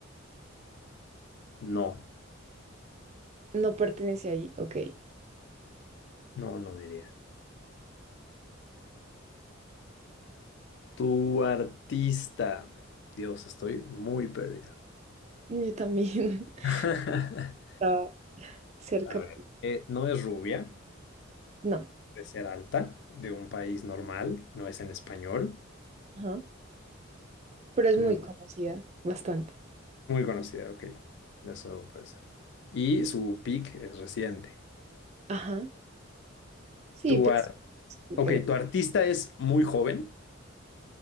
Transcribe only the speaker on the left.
no,
no, no diría. Tu artista. Dios, estoy muy perdido.
<laughs> A
ver. Eh, no es rubia,
de ser alta, de un país normal, no es en español.
Mm,
Muy conocida, ok. Eso puede ser. Y su peak es reciente.
Tu
ar-
ok,
tu artista es muy joven.